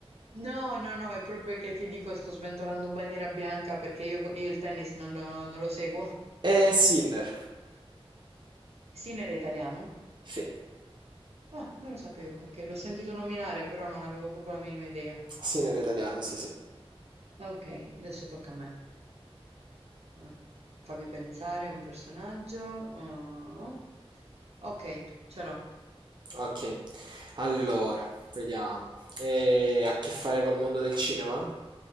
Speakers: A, on the right; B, on the right.
A: No, no, no, è proprio che ti dico, sto sventolando bandiera bianca perché io, io il tennis non lo, non lo seguo.
B: È Sinner.
A: Sinner è italiano?
B: Sì.
A: Ah, non lo sapevo. Ok, l'ho sentito nominare, però non avevo proprio la minima idea.
B: Sinner è italiano, sì, sì.
A: Ok, adesso tocca a me. Mm, Fammi pensare un personaggio. Oh, ok, ce l'ho.
B: Ok. Allora, vediamo. Eh, ha a che fare col mondo del cinema?